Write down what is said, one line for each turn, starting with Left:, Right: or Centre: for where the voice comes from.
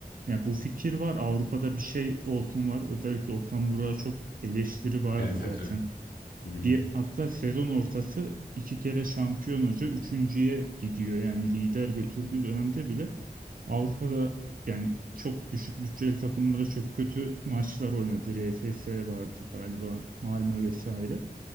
Right: Yani bu fikir var. Avrupa'da bir şey olsun var. Özellikle Okan Burak'a çok eleştiri vardı
Left: Evet
Right: zaten.
Left: evet evet. Hı hı,
Right: Bir, hatta sezon ortası iki kere şampiyon hoca üçüncüye gidiyor. Yani lider götürdüğü dönemde bile Avrupa'da yani çok düşük bütçeli takımlara çok kötü maçlar oynadı. RFS vardı galiba, Malmö vesaire.